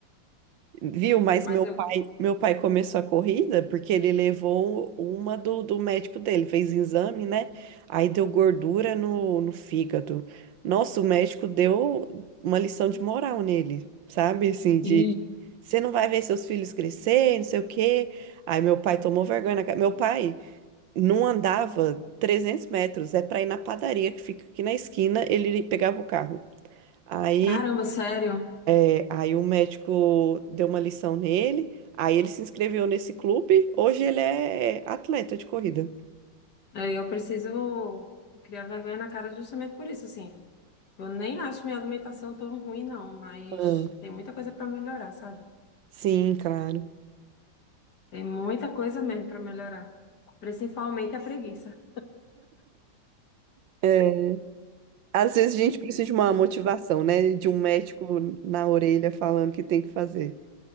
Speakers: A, on the right; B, on the left.
A: Viu? Mas
B: Mas
A: meu
B: eu.
A: pai, meu pai começou a corrida porque ele levou uma do, do médico dele, fez exame, né? Aí deu gordura no, no fígado. Nossa, o médico deu uma lição de moral nele, sabe? Assim, de
B: E
A: você não vai ver seus filhos crescer, não sei o quê. Aí meu pai tomou vergonha na cara. Meu pai não andava 300 metros, é para ir na padaria que fica aqui na esquina, ele pegava o carro. Aí,
B: Caramba, sério.
A: é, aí o médico deu uma lição nele, aí ele se inscreveu nesse clube, hoje ele é atleta de corrida.
B: É, Eu preciso criar vergonha na cara justamente por isso, assim. Eu nem acho minha alimentação tão ruim, não, mas
A: Ah,
B: tem muita coisa para melhorar, sabe?
A: sim, claro.
B: Tem muita coisa mesmo para melhorar. Principalmente a preguiça.
A: É, às vezes a gente precisa de uma motivação, né? De um médico na orelha falando que tem que fazer.